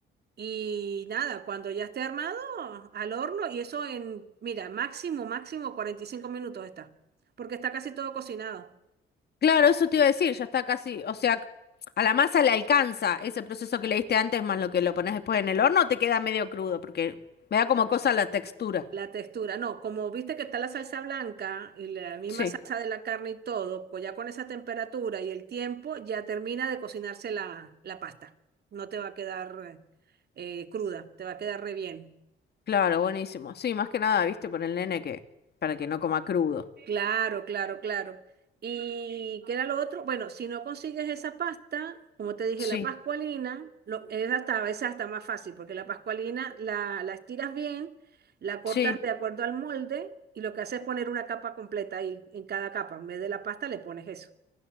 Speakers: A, on the right; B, on the left.
A: y nada, cuando ya esté armado, al horno y eso en, mira, máximo, máximo 45 minutos está, porque está casi todo cocinado.
B: Claro, eso te iba a decir, ya está casi, o sea, a la masa le alcanza ese proceso que le diste antes más lo que lo pones después en el horno, te queda medio crudo porque me da como cosa la textura.
A: La textura, no, como viste que está la salsa blanca y la misma
B: Sí.
A: salsa de la carne y todo, pues ya con esa temperatura y el tiempo ya termina de cocinarse la, la pasta. No te va a quedar eh, cruda, te va a quedar re bien.
B: Claro, buenísimo. Sí, más que nada, viste, por el nene que, para que no coma crudo.
A: Claro, claro, claro. ¿Y qué era lo otro? Bueno, si no consigues esa pasta, como te dije,
B: Sí,
A: la pascualina, lo, es hasta, a veces hasta más fácil, porque la pascualina la, la estiras bien, la cortas
B: sí.
A: de acuerdo al molde y lo que hace es poner una capa completa ahí, en cada capa. En vez de la pasta le pones eso.